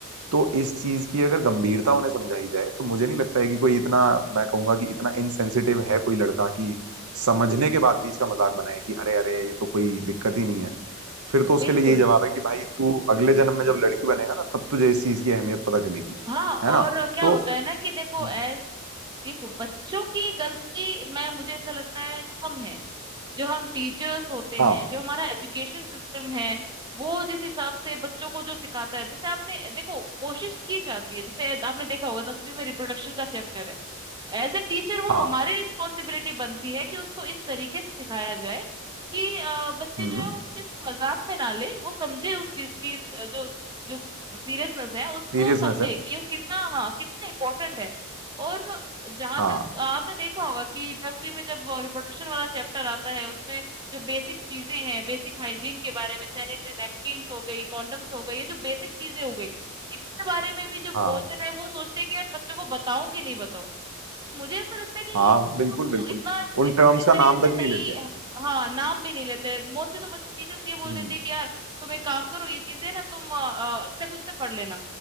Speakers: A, on the right; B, on the right.
A: तो इस चीज की अगर गंभीरता उन्हें समझाई जाए तो मुझे नहीं लगता है कि कोई इतना मैं कहूंगा कि इतना इनसेंसिटिव है कोई लड़का कि समझने के बाद भी इसका मजाक बनाए कि अरे अरे ये तो कोई दिक्कत ही नहीं है फिर तो उसके
B: बिल्कुल
A: लिए यही जवाब है कि भाई तू अगले जन्म में जब लड़की बनेगा ना तब तुझे इस चीज की अहमियत पता चलेगी
B: हाँ और
A: है ना
B: क्या
A: तो
B: होता है ना कि देखो
A: हम्म,
B: एज देखो बच्चों की गलती मैं मुझे ऐसा लगता है कम है जो हम टीचर्स होते
A: हाँ
B: हैं जो हमारा एजुकेशन सिस्टम है वो जिस हिसाब से बच्चों को जो सिखाता है जैसे आपने देखो कोशिश की जाती है जैसे आपने देखा होगा दसवीं में रिप्रोडक्शन का चैप्टर है एज अ टीचर वो
A: हाँ
B: हमारी रिस्पॉन्सिबिलिटी बनती है कि उसको इस तरीके से सिखाया जाए कि अ, बच्चे
A: हम्म
B: जो है उस चीज को मजाक में ना ले वो समझे उस चीज की अ, जो जो सीरियसनेस है उसको
A: सीरियसनेस
B: समझे
A: है
B: कि वो कितना हाँ कितना इम्पोर्टेंट है और जहां
A: हाँ
B: तक आपने देखा होगा कि दसवीं में जब रिप्रोडक्शन वाला चैप्टर आता है उसमें जो बेसिक चीजें हैं बेसिक हाइजीन के बारे में सैनिटरी नैपकिन्स हो गई कॉन्डम्स हो गई ये जो बेसिक चीजें हो गई इसके बारे में भी जो बोलते
A: हाँ
B: टाइम वो सोचते हैं कि यार बच्चों को बताऊं कि नहीं बताऊं मुझे ऐसा लगता है कि ये
A: हाँ
B: चीजों
A: बिल्कुल
B: को
A: बिल्कुल
B: इतना इस,
A: उन टर्म्स
B: इस
A: का
B: तरीके
A: नाम
B: से
A: तक नहीं
B: नहीं
A: लेते हैं
B: हाँ नाम भी नहीं लेते मोस्टली तो बस टीचर्स ये बोल
A: हम्म
B: देते हैं कि यार तुम एक काम करो ये चीजें ना तुम अ, अ, अपने खुद से पढ़ लेना